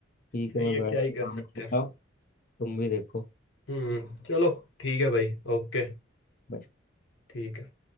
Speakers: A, on the left; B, on the left.
A: ठीक
B: सही
A: है मैं
B: है
A: बैठ
B: क्या
A: के
B: ही कर
A: काम
B: सकते
A: करता
B: हैं
A: हूँ तुम भी देखो
B: हम्म चलो ठीक है भाई ओके
A: Bye.
B: ठीक है